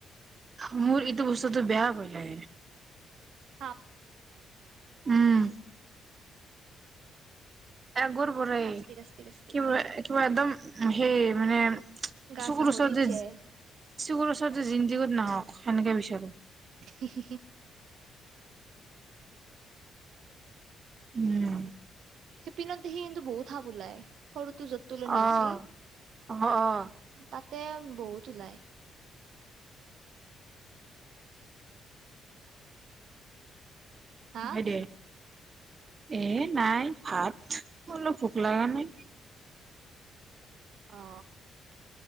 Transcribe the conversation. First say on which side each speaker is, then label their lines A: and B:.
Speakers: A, on the right (about 40°); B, on the right (about 70°).
A: মোৰ এইটো বস্তুতটো বেয়া বলে
B: সাত
A: উম আগৰ পৰাই
B: আস্তিক আস্তিক আস্তিক
A: কিবা কিবা একদম সেই মানে
B: গা
A: চুকুৰ
B: চা হৰি
A: চ
B: উঠি
A: যে
B: আহে
A: বোৰ ওচৰত জিন্দগত নাহওক সেনেকৈ বিচাৰো
B: হম হম।
A: উম
B: পিনে সি কিন্দুহুত ক বোলাই সৰুটো যত টোলনি
A: অ
B: আছি
A: অ অ
B: তাত তে বহুত ওলায়।
A: <inaudible>
B: হা
A: হয় দে। এ নাই ভাত হলো ভোক লগা নাই।
B: অঁ।